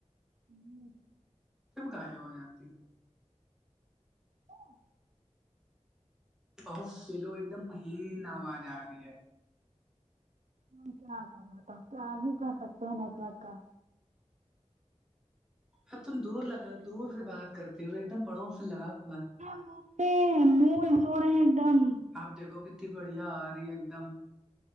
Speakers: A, on the right (about 80°); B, in the centre.
A: ہوں
B: تم کا ہے ہو جاتی ہو
A: ا <inaudible>
B: بہت سولو ایک دم مہین آواز آ رہی ہے
A: م کیا کر رہا تو کیا ہی کر سکتے ہیں نیٹورک کا
B: ہ تم دور لگا دور سے بات کرتی ہو تو ایک دم پڑوس سے لگا کے بات
A: <inaudible> پ مول زڑ ہے ایک دم <unintelligible>
B: اب دیکھو کتنی بڑھیا آ رہی ہے ایک دم